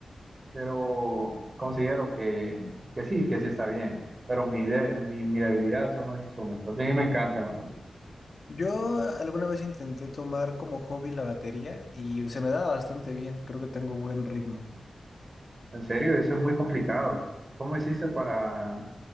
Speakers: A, on the right; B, on the left.
A: pero considero que, que sí, que sí está bien. Pero mi, de- mi, mi debilidad son los instrumentos. A mí me encanta la música.
B: Yo alguna vez intenté tomar como hobby la batería y se me da bastante bien, creo que tengo buen ritmo.
A: En serio, eso es muy complicado. ¿Cómo hiciste para,